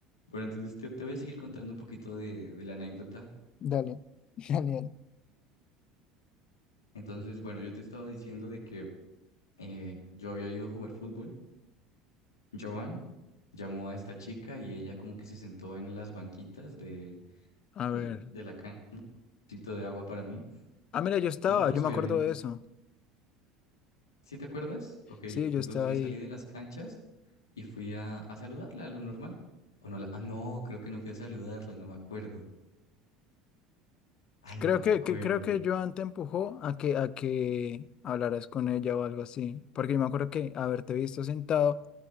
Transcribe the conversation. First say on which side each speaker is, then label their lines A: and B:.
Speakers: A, on the left; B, on the left.
A: Bueno, entonces te, te voy a seguir contando un poquito de, de la anécdota.
B: Dale, <laughs> dale, dale.
A: Entonces, bueno, yo te estaba diciendo de que eh, yo había ido a jugar fútbol Joan llamó a esta chica y ella como que se sentó en las banquitas de,
B: A
A: de
B: ver.
A: la cancha un poquito de agua para mí.
B: Ah, mira, yo estaba,
A: Yo pues
B: yo me
A: obviamente,
B: acuerdo de eso.
A: ¿sí te acuerdas? Ok,
B: Sí, yo
A: entonces
B: estaba
A: yo
B: ahí.
A: salí de las canchas y fui a, a saludarla, lo normal. O no, la- ah, no, creo que no fui a saludarla, no me acuerdo. Ay,
B: Creo
A: no me
B: que,
A: acuerdo.
B: que- creo que Joan te empujó a que, a que hablaras con ella o algo así. Porque yo me acuerdo que haberte visto sentado